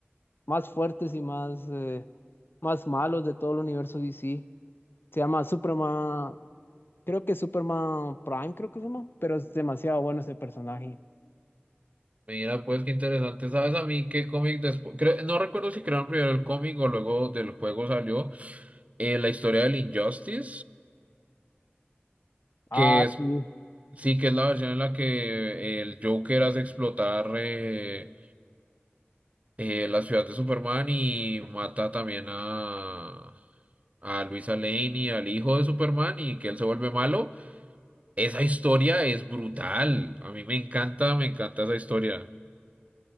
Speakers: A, on the left (about 55°); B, on the right (about 30°).
A: más fuertes y más, eh, más malos de todo el universo DC. Se llama Superman, creo que Superman Prime, creo que se llama, pero es demasiado bueno ese personaje.
B: Mira, pues qué interesante. ¿Sabes a mí qué cómic después? No recuerdo si crearon primero el cómic o luego del juego salió eh, la historia del Injustice,
A: Ah,
B: que es
A: sí.
B: sí que es la versión en la que el Joker hace explotar eh, eh, la ciudad de Superman y mata también a a Luisa Lane y al hijo de Superman y que él se vuelve malo. Esa historia es brutal. A mí me encanta, me encanta esa historia.